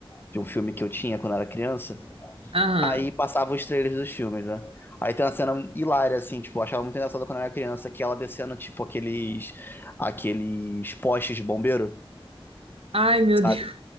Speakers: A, on the left (about 20°); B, on the right (about 75°).
A: de um filme que eu tinha quando eu era criança,
B: Aham.
A: Aí passava os trailers dos filmes, né? Aí tem uma cena hilária, assim, tipo, eu achava muito engraçado quando eu era criança, que ela descendo, tipo, aqueles, aqueles postes de bombeiro,
B: Ai, meu
A: sabe?
B: Deus.